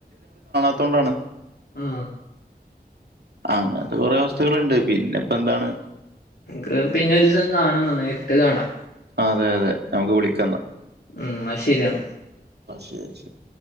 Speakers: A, on the right; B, on the left.
A: ത്തൊണ്ടാണ്
B: ഉം
A: ആഅങ്ങൻത്തെ കൊറെ അവസ്ഥകളൂണ്ട് പിന്നെ ഇപ്പന്താണ്
B: ക്ക് പിന്നെ ഒരു ദിസം കാണന്നുണ്ട്നേരിട്ട് കാണാ
A: അതെ അതെനമക്ക് വിളികാന്ന
B: ഉം എന്നാ ശരിയെന്നാ
A: ശെരി ശെരി